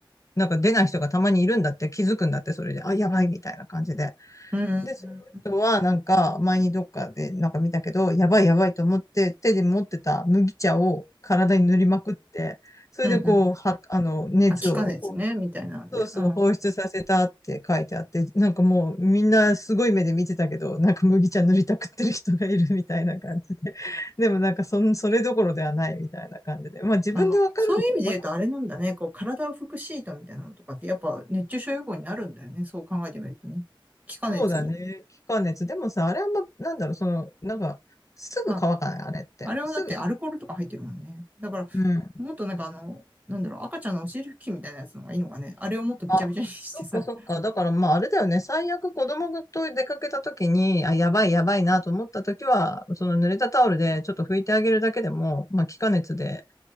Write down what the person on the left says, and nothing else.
なんか出ない人がたまにいるんだって気づくんだって、それで。あ、やばいみたいな感じで。
で、その人はなんか前にどっかでなんか見たけど、やばいやばいと思って手で持ってた麦茶を体に塗りまくって、それでこう、
は、あの、熱を、
そうそう、
放出させたって書いてあって、なんかもうみんなすごい目で見てたけど、なんか麦茶塗りたくってる人がいるみたいな感じで。でもなんかそん、それどころではないみたいな感じで。まあ自分でわかるん、
わ
そうだね。気化熱。でもさ、あれはま、なんだろう、その、なんか、すぐ乾かない、
あれって。
すぐ。
うん。
あ、そっかそっか。だからまあ、あれだよね。最悪子供と出かけた時に、あ、やばいやばいなと思った時は、その濡れたタオルでちょっと拭いてあげるだけでも、まあ、気化熱で